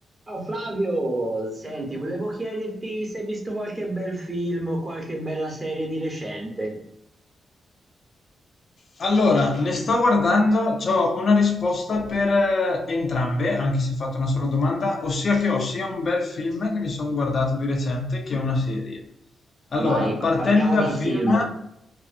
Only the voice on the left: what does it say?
Allora, ne sto guardando, ho una risposta per eh, entrambe, anche se ho fatto una sola domanda, ossia che ho sia un bel film che mi sono guardato di recente che una serie. Allora,
partendo
dal
film,